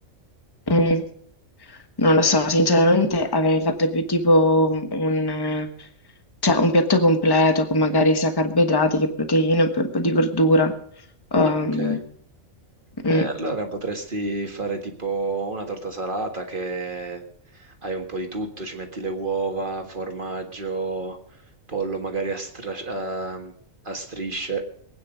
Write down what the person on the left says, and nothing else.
Mm, non lo so, sinceramente avrei fatto più tipo un, eh, cioè, un piatto completo con magari sia carboidrati che proteine, e poi un po' di verdura. Um,
mm,